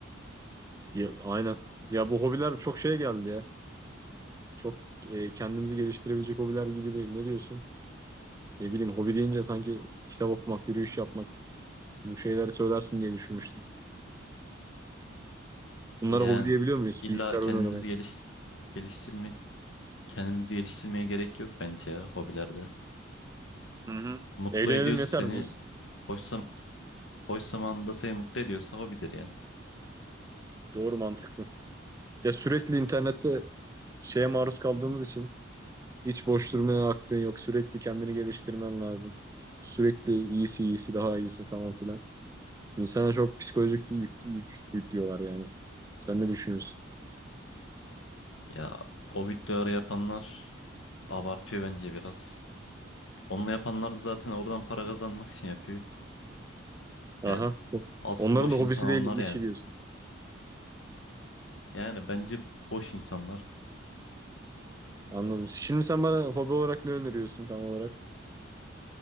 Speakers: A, on the right; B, on the left.
A: Ya, aynen. Ya bu hobiler çok şey geldi ya. Çok e, kendimizi geliştirebilecek hobiler gibi değil. Ne diyorsun? Ne bileyim hobi deyince sanki kitap okumak, yürüyüş yapmak bu şeyleri söylersin diye düşünmüştüm. Bunlara
B: Yani
A: hobi diyebiliyor muyuz?
B: illa
A: Bilgisayar
B: kendimizi
A: oyunu oynamak.
B: geliş geliştirme kendimizi geliştirmeye gerek yok bence ya hobilerde.
A: Hı hı.
B: Mutlu
A: Eğlenelim
B: ediyorsa
A: yeter
B: seni
A: mi diyorsun?
B: boş zam boş zamanında seni mutlu ediyorsa hobidir yani.
A: Doğru mantıklı. Ya sürekli internette şeye maruz kaldığımız için hiç boş durmaya hakkın yok. Sürekli kendini geliştirmen lazım. Sürekli iyisi iyisi daha iyisi falan filan. İnsana çok psikolojik yük, yük- yüklüyorlar yani. Sen ne düşünüyorsun?
B: Ya o videoları yapanlar Abartıyor bence biraz. Onu yapanlar da zaten oradan para kazanmak için yapıyor.
A: Aha.
B: Yani asıl
A: Onların
B: boş
A: da hobisi
B: insan onlar
A: değil
B: yani.
A: işi diyorsun.
B: Yani bence boş insanlar.
A: Anladım. Şimdi sen bana hobi olarak ne öneriyorsun tam olarak?